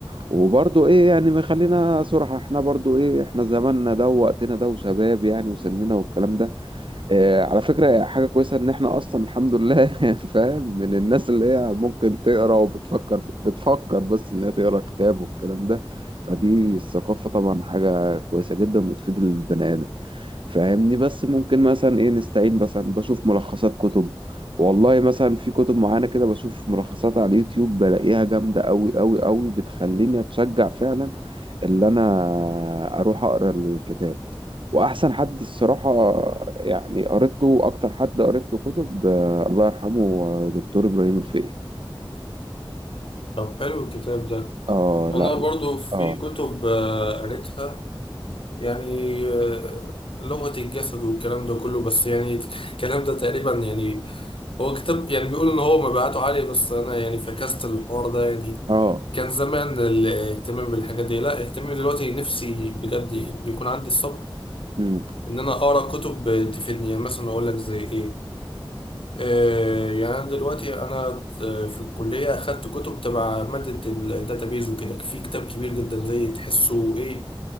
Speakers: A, on the right; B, on the left.
A: وبرضو إيه يعني ما خلينا صراحة إحنا برضو إيه إحنا زماننا ده ووقتنا ده وشباب يعني وسننا والكلام ده آه، على فكرة حاجة كويسة إن إحنا أصلا الحمد لله <laughs> فاهم من الناس اللي هي ممكن تقرا وبتفكر في- بتفكر بس إنها تقرا كتاب والكلام ده فدي الثقافة طبعا حاجة كويسة جدا بتفيد البني آدم فاهمني بس ممكن مثلا إيه نستعين مثلا بشوف ملخصات كتب والله مثلا في كتب معينة كده بشوف ملخصات على اليوتيوب بلاقيها جامدة أوي أوي أوي بتخليني أتشجع فعلا اللي انا اروح اقرا الكتاب واحسن حد الصراحه يعني قريت له اكتر حد قريت له كتب آه، الله يرحمه آه، دكتور ابراهيم الفقي
B: طب حلو الكتاب ده
A: اه
B: انا
A: لا
B: برضو
A: لا.
B: في
A: اه
B: كتب آه، قريتها يعني آه، لغة الجسد والكلام ده كله بس يعني <laughs> الكلام ده تقريبا يعني هو كتاب يعني بيقول ان هو مبيعاته عالية بس انا يعني فكست الحوار ده يعني
A: اه
B: كان زمان الاهتمام بالحاجات دي لا اهتمامي دلوقتي نفسي بجد يكون عندي الصبر
A: مم.
B: ان انا اقرا كتب تفيدني يعني مثلا اقول لك زي ايه آه يعني انا دلوقتي انا آه، في الكليه اخدت كتب تبع ماده الداتابيز وكده في كتاب كبير جدا زي تحسه ايه